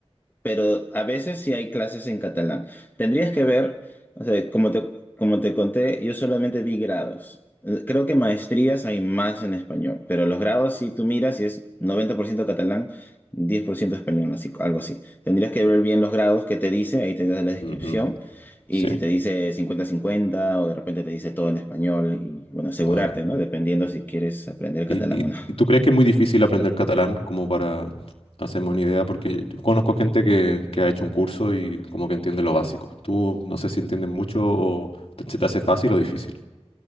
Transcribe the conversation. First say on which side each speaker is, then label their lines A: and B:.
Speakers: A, on the left; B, on the left.
A: pero a veces sí hay clases en catalán. Tendrías que ver, o sea, como te, como te conté, yo solamente vi grados. Eh, Creo que maestrías hay más en español, pero los grados si tú miras y es 90% catalán, 10% español, así, algo así. Tendrías que ver bien los grados que te dice, ahí te da la descripción,
B: Ujú,
A: y
B: Sí,
A: si te dice cincuenta-cincuenta o de repente te dice todo en español, y bueno, asegurarte,
B: vale.
A: ¿no? Dependiendo si quieres aprender
B: ¿Y,
A: catalán
B: y-
A: o no.
B: y tú crees que es muy difícil aprender catalán como para hacerme una idea? Porque yo conozco gente que, que ha hecho un curso y como que entiende lo básico. Tú no sé si entiendes mucho o te- se te hace fácil o difícil.